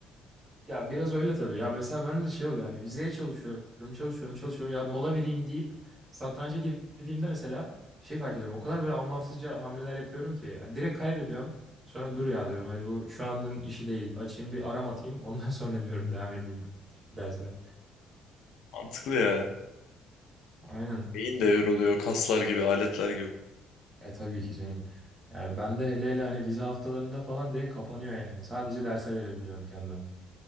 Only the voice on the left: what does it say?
Mantıklı ya.
Beyin de yoruluyor kaslar gibi aletler gibi.